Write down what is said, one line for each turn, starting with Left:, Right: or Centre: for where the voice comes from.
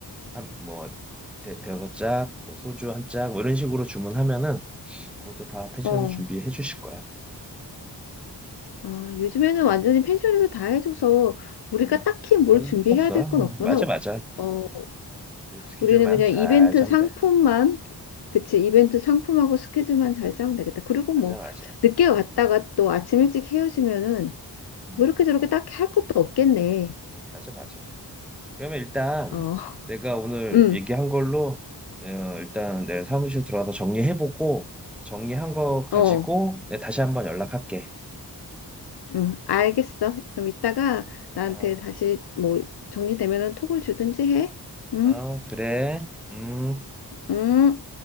Centre: 한뭐 대여섯 짝, 뭐 소주 한 짝, 뭐 이런 식으로 주문하면은 그것도 다 펜션에서
Left: 어,
Centre: 준비해 주실 거야. 음,
Left: 아, 요즘에는 완전히 펜션에서 다 해줘서 우리가
Centre: 음,
Left: 딱히 뭘
Centre: 별로
Left: 준비해야
Centre: 힘없 어,
Left: 될 건 없구나.
Centre: 맞아 맞아.
Left: 어,
Centre: 우리 스케줄만
Left: 우리는 그냥
Centre: 잘
Left: 이벤트
Centre: 짜면
Left: 상품만,
Centre: 돼.
Left: 그치,
Centre: 음,
Left: 이벤트 상품하고 스케줄만 잘 짜면 되겠다. 그리고
Centre: 맞아
Left: 뭐,
Centre: 맞아.
Left: 늦게 왔다가 또 아침 일찍 헤어지면은
Centre: 음,
Left: 뭐 이렇게 저렇게 딱히 할 것도 없겠네.
Centre: 맞아 맞아. 그러면 일단
Left: 어, <laughs>
Centre: 내가 오늘
Left: 음,
Centre: 얘기한 걸로 어, 일단 내 사무실 들어와서 정리해보고 정리한 거 가지고
Left: 어,
Centre: 내가 다시 한번 연락할게.
Left: 음, 알겠어. 그럼 이따가 나한테
Centre: 어,
Left: 다시 뭐, 정리되면은 톡을 주든지 해. 응,
Centre: 어, 그래. 음.
Left: 응.